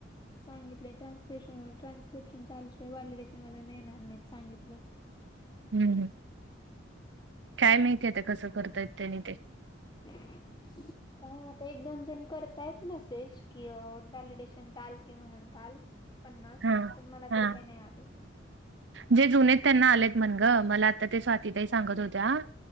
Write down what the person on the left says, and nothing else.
सांगितले ट्रान्स्क्रेशन वर ट्रान्स - क्रिप्शनचे आल्या शिवाय वॅलिडेशनला येणार नाहीत सांगितलं.
काय व ता दोन तीन करतायत मेसेज. की व्हॅलिडेशन चालते म्हणून काल पन्नास
पण मला
तर काई नाही आले.